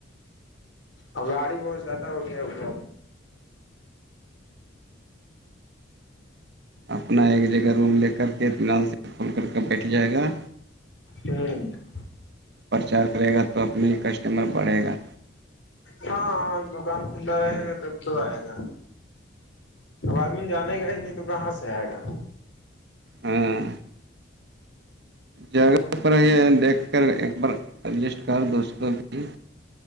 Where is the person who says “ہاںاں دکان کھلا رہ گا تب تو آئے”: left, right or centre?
Left